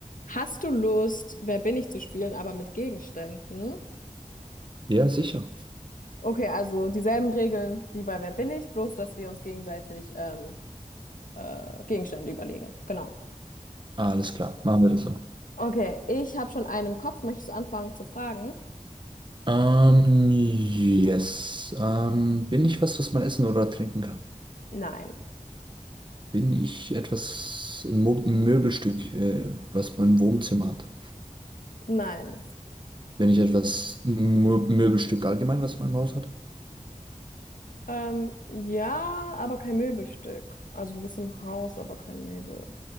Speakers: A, on the left; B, on the right.
A: Hast du Lust, Wer bin ich zu spielen, aber mit Gegenständen?
B: Ja, sicher.
A: Okay, also dieselben Regeln wie bei Wer bin ich, bloß dass wir uns gegenseitig ähm, äh, Gegenstände überlegen. Genau.
B: Alles klar, machen wir das so.
A: Okay, ich habe schon einen im Kopf. Möchtest du anfangen zu fragen?
B: Ähm, yes. Ähm, bin ich was, was man essen oder trinken kann?
A: Nein,
B: Bin ich etwas, ein Mo ein Möbelstück, äh, was man im Wohnzimmer hat?
A: nein.
B: Bin ich etwas, ein Mo Möbelstück allgemein, was man im Haus hat?
A: Ähm, ja, aber kein Möbelstück. Also du bist im Haus, aber kein Möbelstück.